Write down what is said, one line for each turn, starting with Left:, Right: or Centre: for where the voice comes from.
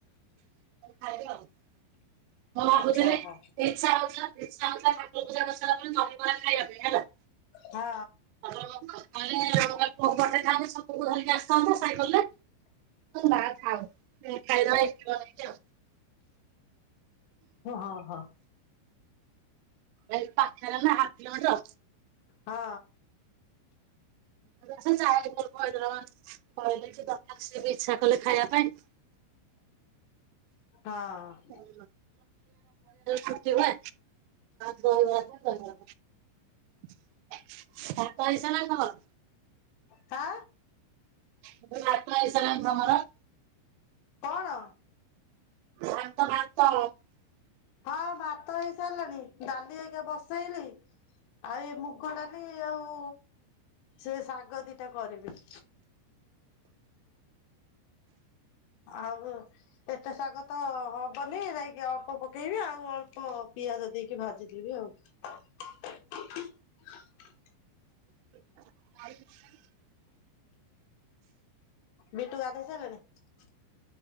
Right: ଖାଇବେ ଆଉ ମୁଁ ଭାବୁଥିଲି
Left: ଓହୋ
Right: ଇଚ୍ଛା ହଉଥିଲା ଇଚ୍ଛା ହଉଥିଲା ଠାକୁର ପୂଜା କରିସାରିଲା ପରେ ଦହିବରା ଖାଇବା ପାଇଁ ହେଲା
Left: ହଁ
Right: <unintelligible> ପୁଅ କୁ ପଠାଇଥାନ୍ତି ସୁବୁ କୁ ଧରିକି ଆସିଥାନ୍ତା ସାଇକେଲରେ, ନା ଥାଉ ଖାଇ ଦବା ଇଟଲି
Left: ଓ ହଁ ହଁ।
Right: ଏ ପାଖରେ ନା ହାଫ କିଲୋମିଟର।
Left: ହଁ।
Right: <unintelligible> କହି ଦେଇଛି <unintelligible> ଇଚ୍ଛା କଲେ ଖାଇବା ପାଇଁ
Left: ହଁ।
Right: <unintelligible> <unintelligible> ଛୁଟି ହୁଏ ଦହିବାର ଦହିବରା କଣ? ଖତ ହେଇସରିଲାନି ତମର
Left: ଆ
Right: <unintelligible> <unintelligible> ତମର
Left: କଣ?
Right: <unintelligible>
Left: ହଁ ଭାତ ହେଇସାରିଲାଣି ଡାଲି ଏଇନା ବସେଇଲି ଆଉ ଏ ମୁଗ ଡାଲି ଆଉ ସେ ଶାଗ ଦିଟା କରିବି। ଆଉ ଏତେ ଶାଗ ତ ହବନି ଯାଇକି ଅଳ୍ପ ପକେଇବି ଆଉ ଅଳ୍ପ ପିଆଜ ଦେଇକି ଭାଜିଦେବି ଆଉ <inaudible>
Right: <unintelligible>
Left: ବିଟୁ ଗାଧେଇ ସାରିଲାଣି